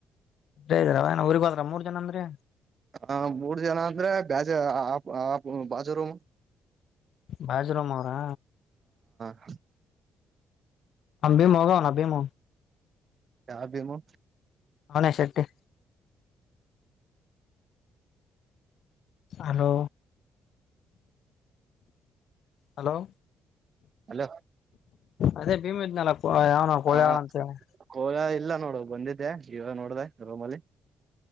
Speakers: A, on the left (about 65°); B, on the right (about 45°).
A: ಇ ಇದರ ಊರ್ ಬಾದ್ರ ಮೂರ್ ಜನ ಅಂದ್ರೀ
B: ಹ ಮೂರ್ ಜನ ಅಂದ್ರೆ ಬಾಜ ಆ ಬಾಜರುೂಮ
A: ಬಾಜರಾಮ ಅವರಾ
B: ಹ
A: ಅಭ ಮೋಗ ಅಭ ಮ
B: ಯಾ ಭೀಮು
A: ಅವನ ಶೆಟ್ಟಿ ಹಲೋ ಹಲೋ
B: ಹಲೋ
A: ಅದೇ ಭೀಮ ಇದ್ನಲ್ಲ ಯಾವನಾವ ಕೊಳೆಅಂತ
B: ಹ
A: ಹೇಳಿ
B: ಕೋಳ ಇಲ್ಲ ನೋಡ ಬಂದಿದ್ದೆ ಇವಾಗ ನೋಡಿದೆ ರೋಮ್ ಅಲ್ಲಿ